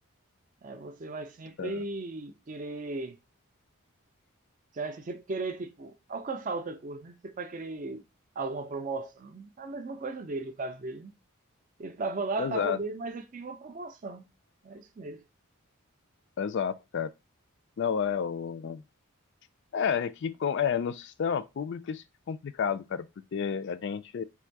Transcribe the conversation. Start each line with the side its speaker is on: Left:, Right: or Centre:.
Right: é, você vai sempre
Left: tá.
Right: querer, você vai sempre querer, tipo, alcançar outra coisa, né? Você vai querer alguma promoção. É a mesma coisa dele, no caso dele, né? Ele tava lá,
Left: Exato,
Right: tava bem, mas ele tem uma promoção. É isso mesmo.
Left: exato, cara. Não é o É, é que com- é, no sistema público isso que é complicado, cara, porque a gente,